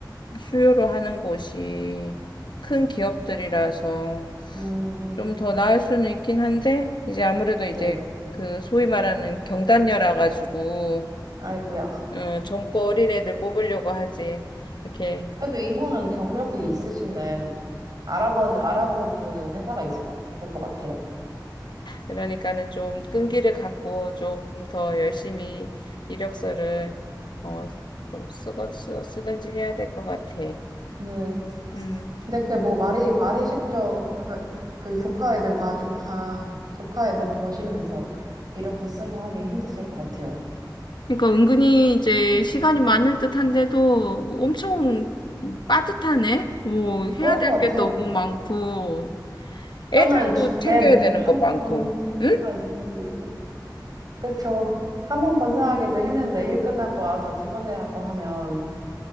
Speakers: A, on the left; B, on the right.
A: 수요로 하는 곳이 큰 기업들이라서
B: 음,
A: 좀 더 나을 수는 있긴 한데 이제 아무래도
B: 네.
A: 이제 그 소위 말하는 경단녀라 가지고
B: 아이고야.
A: 어, 젊고 어린 애들 뽑으려고 하지 이렇게
B: 그래도 이모는 경력이 있으신데, 알아봐, 알아봐주는 회사가 있을 것 같아요.
A: 그러니까는 좀 끈기를 갖고 좀 더 열심히 이력서를 어, 좀 쓰고 쓰, 쓰든지 해야 될 것 같아.
B: 네.
A: 음.
B: 근데 그게 뭐 말이, 말이 쉽죠. 그, 그 조카 애들 봐주, 봐, 조카 애들 보시면서 이력서 쓰고 하기 힘드실 것 같아요.
A: 그러니까 은근히 이제 시간이 많을 듯한데도 뭐 엄청 빠듯하네. 뭐 해야
B: 그럴 것
A: 될
B: 같아요.
A: 게 너무 많고 애들도
B: 저는
A: 챙겨야
B: 제
A: 되는
B: 한
A: 거 많고.
B: 건,
A: 응?
B: 하기도 힘들고. 그쵸. 한 번 건사하기도 힘든데 일 끝나고 와서 집안일하고 하면